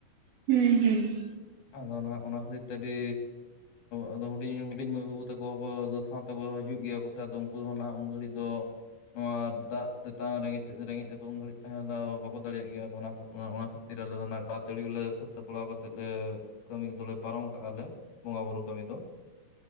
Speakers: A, on the right; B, on the left.
A: ᱦᱩᱸᱻ ᱦᱩᱸᱻ ᱾
B: ᱟᱫᱚ ᱱᱷᱟᱜ, ᱚᱱᱟ ᱠᱷᱟᱹᱛᱤᱨ ᱛᱮ, ᱟᱹᱰᱤ ᱟᱫᱚ, ᱦᱩᱰᱤᱧ, ᱦᱩᱰᱤᱧ ᱢᱟᱹᱭ ᱵᱟᱹᱵᱩ ᱛᱟᱠᱚ ᱠᱚ, ᱥᱟᱶᱛᱟ ᱠᱚ ᱦᱩᱭᱩᱜ ᱜᱮᱭᱟ ᱠᱚ, ᱥᱮ, ᱟᱫᱚ ᱩᱱᱠᱩ ᱫᱚ ᱱᱟᱜ ᱩᱱ ᱜᱷᱟᱹᱲᱤᱡ ᱫᱚᱼᱼ ᱱᱚᱣᱟ ᱫᱟᱜ ᱛᱮᱛᱟᱝ ᱨᱮᱸᱜᱮᱡ ᱛᱮ, ᱨᱮᱸᱜᱮᱡ ᱛᱮᱫᱚ ᱩᱱ ᱜᱷᱟᱹᱲᱤᱡ ᱛᱟᱦᱮᱸ ᱫᱚ, ᱵᱟᱠᱚ ᱫᱟᱲᱮᱭᱟᱜ ᱜᱮᱭᱟ, ᱚᱱᱟ ᱚᱱᱟ ᱠᱷᱟᱹᱛᱤᱼᱼ <unintelligible> ᱟᱞᱮ ᱫᱚ ᱱᱟ ᱟᱛᱟᱹᱲᱤ ᱜᱮᱞᱮ ᱥᱟᱹᱛ ᱥᱟᱯᱲᱟᱣ ᱠᱟᱛᱮᱫ ᱞᱮ ᱠᱟᱹᱢᱤ ᱠᱚᱫᱚᱞᱮ ᱯᱟᱨᱚᱢ ᱠᱟᱜᱼᱟ ᱞᱮ᱾ ᱵᱚᱸᱜᱟ ᱵᱩᱨᱩ ᱠᱟᱹᱢᱤ ᱫᱚ᱾